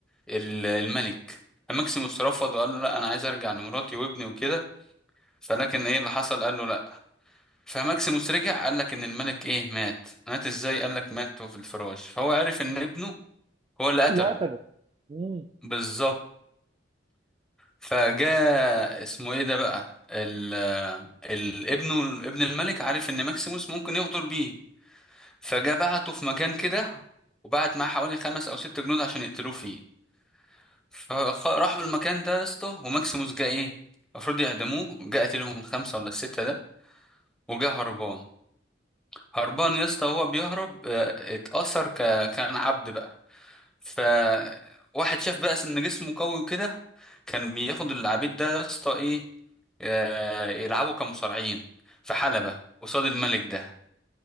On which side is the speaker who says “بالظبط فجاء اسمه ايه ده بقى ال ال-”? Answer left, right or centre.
Centre